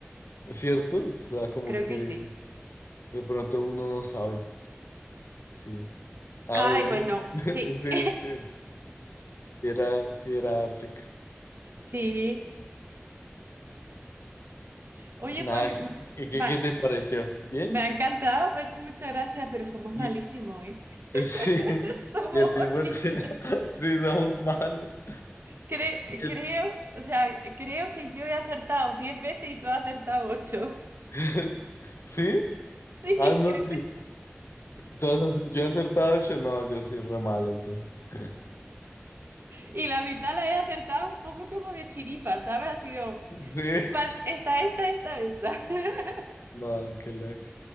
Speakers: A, on the left (about 70°); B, on the right (about 55°).
A: ¿Cierto? O sea, como
B: Creo
A: que
B: que sí.
A: de pronto uno no sabe. Sí. Ah,
B: Ay,
A: bien.
B: pues no,
A: <laughs>
B: sí.
A: Sí,
B: <laughs>
A: sí. Sí Era, sí era África.
B: Sí. Oye,
A: Nada,
B: pues m-
A: ¿qué, qué-
B: va-
A: qué te pareció? ¿Bien?
B: me ha encantado, me ha hecho muchas gracias, pero somos
A: Y,
B: malísimos,
A: <laughs>
B: ¿eh?
A: sí.
B: <laughs> Somos
A: Y el tiempo
B: horribles.
A: entre... <laughs> Sí, somos malos.
B: Cre-
A: el-
B: creo, o sea, creo que yo he acertado 10 veces y tú has acertado 8. <laughs>
A: <laughs> ¿Sí?
B: Sí,
A: Ah, no,
B: creo
A: sí.
B: que sí.
A: ¿Tú yo he acertado ocho. No, yo soy re malo, entonces. <laughs>
B: Y la mitad la he acertado un poco como de chiripa, ¿sabes? Ha sido,
A: Sí.
B: ¿cuál? Esta, esta, esta, esta. <laughs>
A: No, qué loco.